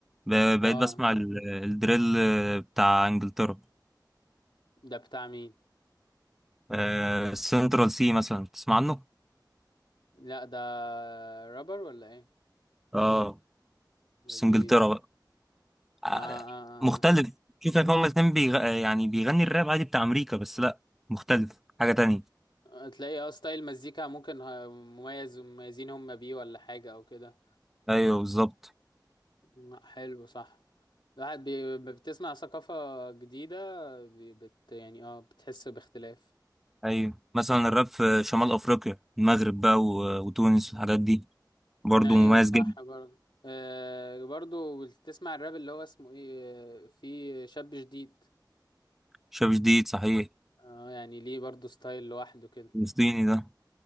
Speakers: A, in the centre; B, on the left.
A: ب- بقيت
B: اه
A: بسمع ال- الدريل بتاع انجلترا
B: ده بتاع مين
A: آه سنترال سي مثلا تسمع عنه
B: لا ده رابر ولا ايه
A: اه
B: لذيذ
A: بس انجلترا بقى آه،
B: اه اه
A: مختلف شوف يا هما الاتنين بيغ... يعني بيغني الراب عادي بتاع امريكا بس لا مختلف حاجه تانية
B: اه آه. تلاقي اه ستايل مزيكا ممكن ه- مميز مميزين هم بيه ولا حاجه او كده
A: ايوه بالظبط
B: لا، حلو صح الواحد بي... بتسمع ثقافة جديدة بي... بت... يعني اه بتحس باختلاف
A: ايوه مثلا الراب في شمال افريقيا المغرب بقى و- وتونس والحاجات دي برضه
B: ايوه
A: مميز
B: صح
A: جدا
B: برضه آه برضه بتسمع الراب اللي هو اسمه ايه آه، في شاب جديد
A: شاب جديد صحيح
B: اه يعني ليه برضه ستايل لوحده كده
A: فلسطيني ده